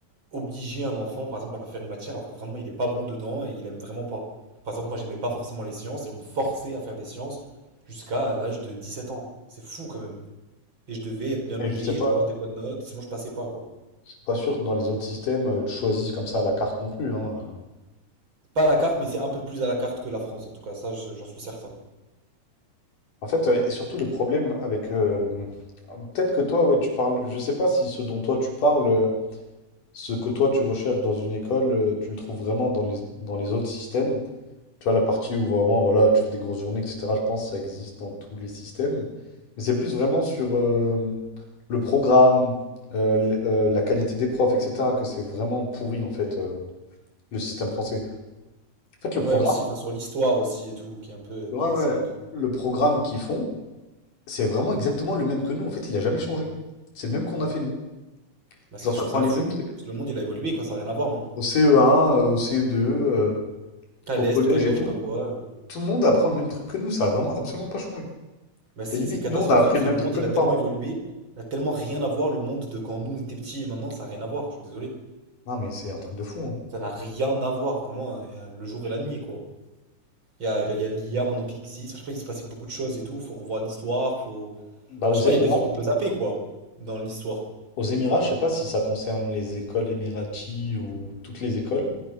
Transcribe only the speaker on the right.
obliger un enfant, par exemple, à faire une matière alors que vraiment il est pas bon dedans et il aime vraiment pas. Par exemple, moi, j'aimais pas forcément les sciences et on me forçait à faire des sciences jusqu'à l'âge de 17 ans. C'est fou quand même. Et je devais être bien
noté,
je devais avoir des bonnes notes, sinon je passais pas, quoi.
Pas à la carte, mais c'est un peu plus à la carte que la France, en tout cas, ça, je- j'en suis certain.
Ouais,
aussi, enfin, sur l'histoire aussi et tout, qui est un peu euh,
biaisée
et tout.
Bah,
c'est,
je trouve ça
fou.
Le monde, il a évolué, quoi, ça n'a rien à voir maintenant.
Thalès,
Pythagore,
je sais pas quoi. euh.
Bah, c'est
c'est catastrophique
parce
que
le monde
il
a tellement
évolué, il a tellement rien à voir le monde de quand nous on était petits et maintenant ça a rien à voir, je suis désolé.
Ça n'a rien à voir, vraiment, hein, il y a le jour et la nuit quoi. Il y a, il y a l'IA maintenant qui existe, je sais pas, il s'est passé beaucoup de choses et tout, faut revoir l'histoire, faut. Enfin,
je sais pas,
il y a des trucs qu'on peut zapper quoi, dans l'histoire.